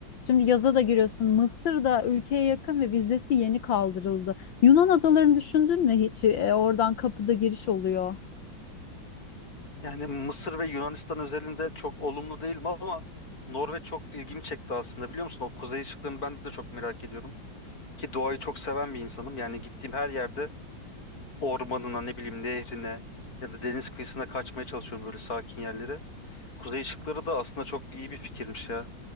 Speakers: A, on the left (about 75°); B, on the left (about 45°).
A: Şimdi yaza da giriyorsun. Mısır da ülkeye yakın ve vizesi yeni kaldırıldı. Yunan adalarını düşündün mü hiç? E, oradan kapıda giriş oluyor.
B: Yani Mısır ve Yunanistan özelinde çok olumlu değilim ama Norveç çok ilgimi çekti aslında biliyor musun? O kuzey ışıklarını ben de çok merak ediyorum. Ki doğayı çok seven bir insanım. Yani gittiğim her yerde ormanına, ne bileyim nehrine ya da deniz kıyısına kaçmaya çalışıyorum böyle sakin yerlere. Kuzey ışıkları da aslında çok iyi bir fikirmiş ya.